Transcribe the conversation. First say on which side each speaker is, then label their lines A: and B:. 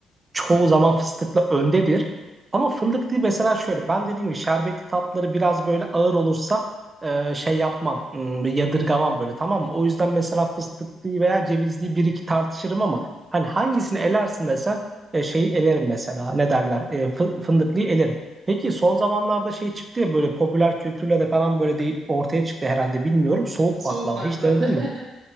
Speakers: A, on the right; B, on the right.
A: çoğu zaman fıstıkla öndedir. Ama fındıklı mesela şöyle ben dediğim gibi şerbetli tatları biraz böyle ağır olursa e, şey yapmam hmm, yadırgamam böyle tamam mı? O yüzden mesela fıstıklıyı veya cevizliyi bir iki tartışırım ama hani hangisini elersin desen e, şeyi elerim mesela ne derler e, fı- fındıklıyı elerim. Peki son zamanlarda şey çıktı ya böyle popüler kültürle de falan böyle de ortaya çıktı herhalde bilmiyorum soğuk
B: Soğuk
A: baklava
B: baklava.
A: hiç denedin
B: <laughs>
A: mi?